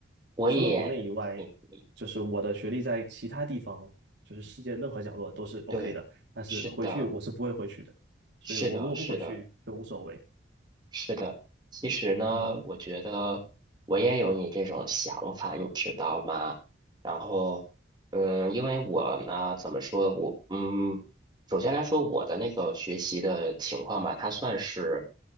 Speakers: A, on the right (about 25°); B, on the right (about 60°).
A: 我也挺理解。
B: 除了国内以外，就是我的学历在其他地方，就是世界任何角落都是
A: 对，
B: OK 的，但是回去我是不会回去的，
A: 是的，
B: 所以我如果不回去就无所谓，
A: 是的，是的。是的，其实呢，
B: 嗯，
A: 我觉得我也有你这种想法，你知道吗？然后，嗯，因为我呢，怎么说，我嗯，首先来说，我的那个学习的情况吧，它算是，